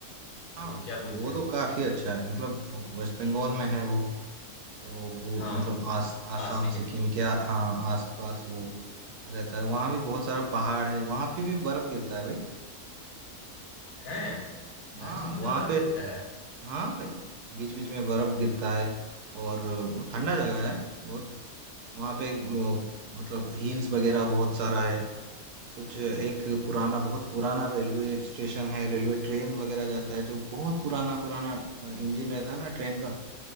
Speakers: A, on the right (about 80°); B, on the left (about 65°).
A: हाँ
B: तो क्या बोलते
A: वो
B: हो
A: तो काफी अच्छा है मतलब वेस्ट बंगाल में है वो तो वो
B: हाँ
A: मतलब आस
B: पास
A: आसाम
B: भी है
A: सिक्किम के आ- हाँ आसपास वो रहता है वहाँ भी बहुत सारा पहाड़ है वहाँ पे भी बर्फ गिरता है भाई
B: हैं?
A: हाँ
B: दार्जिलिंग
A: वहाँ
B: में बर्फ
A: पे
B: गिरता है?
A: हाँ भाई बीच बीच में बर्फ गिरता है और ठंडा जगह है बहुत वहाँ पे एक, वो, मतलब हिल्स वगैरह बहुत सारा है कुछ एक पुराना बहुत पुराना रेलवे स्टेशन है रेलवे ट्रेन वगैरह जाता है जो बहुत पुराना पुराना इंजन रहता है ना ट्रेन का